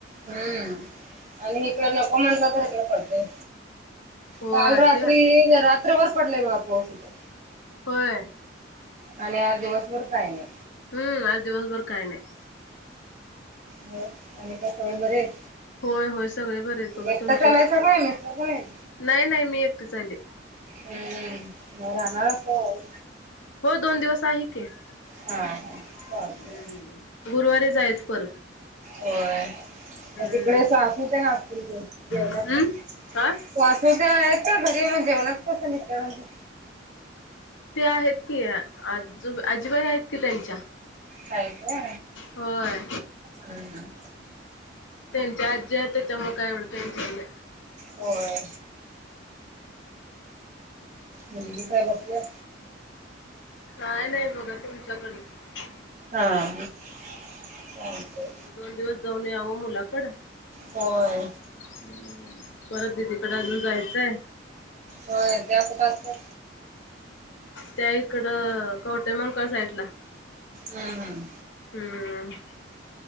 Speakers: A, on the right; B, on the left.
A: हम्म आणि हिकडं नको म्हटलं, तर इकड पडते.
B: होय
A: काल रात्री
B: ते
A: रात्रभर पडलंय बघा पाऊस इथं.
B: होय.
A: आणि आज दिवसभर काय नाही.
B: हम्म आज दिवसभर काय नाही.
A: हो आणि काय सगळे बरे आहेत.
B: होय होय सगळे बरे आहेत बघा
A: एकटंच‌
B: तुमचेच
A: आलायसा काय मिस्टर पण हायत.
B: नाही नाही मी एकटीच आले.
A: हम्म मग राहणार काय.
B: हो दोन दिवस आहे कि हम.
A: हा चालतंय.
B: गुरुवारी जायचं परत.
A: होय
B: हम्म
A: मग तिकडे सासू तेन असतीलं की, जेवणार
B: हम्
A: काय.
B: हा
A: सासू तेन आहेत ना घरी मग, जेवणात कसं मिस्टरांचं.
B: ते आहेत की, आजू आजीबाई आहेत की त्यांच्या.
A: आहेत होय
B: होय
A: हम हम.
B: त्यांच्या आजी आहेत त्याच्यामुळ काय एवढं टेन्शन नाय.
A: होय मुलगी काय झोपल्या.
B: काय नाही बघा तुमच्याकडच.
A: हा सांगते.
B: म्हणलं दोन दिवस जाऊन यावं मुलाकड.
A: होय
B: हम्म, परत दिदीकड अजून जायचंय.
A: हो त्या कुठं असत्यात.
B: त्या इकडं कवठेमंकाळ साईटला.
A: हम हम.
B: हम्म,